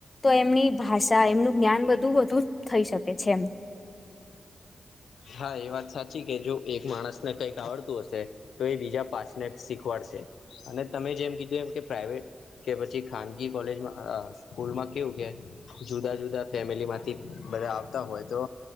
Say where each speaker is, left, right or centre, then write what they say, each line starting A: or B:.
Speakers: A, on the left; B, on the left.
A: તો એમની ભાષા એમનું જ્ઞાન બધું વધુ થઈ શકે છે એમ
B: હા એ વાત સાચી કે જો એક માણસને કંઈક આવડતું હશે તો એ બીજા પાછને શીખવાડશે અને તમે જેમ કીધું એમ કે પ્રાઈવેટ કે પછી ખાનગી કોલેજમાં સ્કૂલમાં કેવું કે જુદા જુદા ફેમિલી માંથી બધા આવતા હોય તો